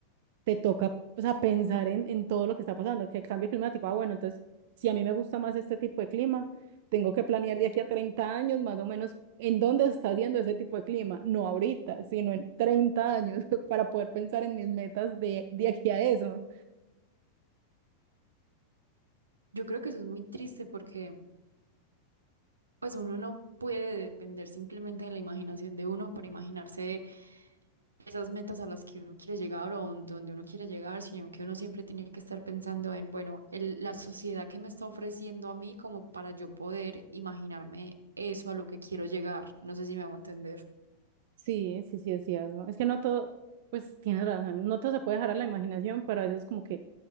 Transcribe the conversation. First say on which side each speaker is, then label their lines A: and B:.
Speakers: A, on the right; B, on the right.
A: te toca o sea, pensar en, en todo lo que está pasando, que el cambio climático, ah, bueno, entonces, si a mí me gusta más este tipo de clima, tengo que planear de aquí a 30 años más o menos en dónde está haciendo ese tipo de clima, no ahorita, sino en 30 años <laughs> para poder pensar en mis metas de, de aquí a eso.
B: Yo creo que eso es muy triste porque pues uno no puede depender simplemente de la imaginación de uno para imaginarse esas metas a las que uno quiere llegar o un- donde uno quiere llegar, sino que uno siempre tiene que estar pensando en, bueno, el- la sociedad que me está ofreciendo a mí como para yo poder imaginarme eso a lo que quiero llegar. No sé si me hago entender.
A: Sí, sí, sí, es cierto. Es que no todo, pues tienes razón, no todo se puede dejar a la imaginación, pero a veces como que,